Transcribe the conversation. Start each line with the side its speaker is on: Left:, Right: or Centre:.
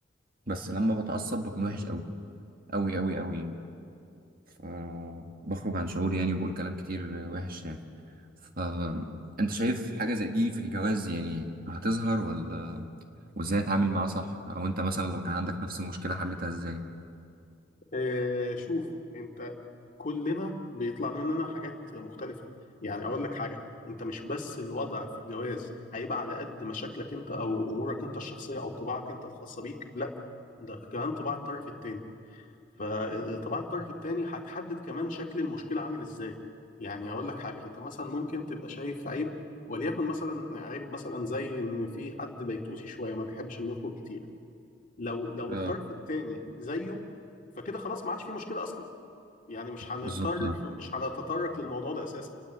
Right: بس لما بتعصب بكون وحش قوي قوي قوي قوي يعني فبخرج عن شعوري يعني وبقول كلام كتير وحش يعني فانت شايف حاجة زي دي في الجواز يعني هتظهر ولا وازاي اتعامل معاها صح او انت مثلا لو كان عندك نفس المشكلة حلتها ازاي
Left: آه، شوف انت كلنا بيطلع مننا حاجات مختلفة يعني أقول لك حاجة أنت مش بس الوضع في الجواز هيبقى على قد مشاكلك أنت أو أمورك أنت الشخصية أو طباعك أنت الخاصة بيك لا ده كمان طباع الطرف التاني فطباع الطرف التاني هتحدد كمان شكل المشكلة عامل إزاي يعني أقول لك حاجة أنت مثلا ممكن تبقى شايف عيب وليكن مثلا عيب مثلا زي إن في حد بيتوتي شوية ما بيحبش إنه يخرج كتير لو لو
Right: اه
Left: الطرف التاني زيه فكده خلاص ما عادش في مشكلة أصلا يعني مش هنضطر
Right: بالظبط اه
Left: مش هنتطرق للموضوع ده اساسا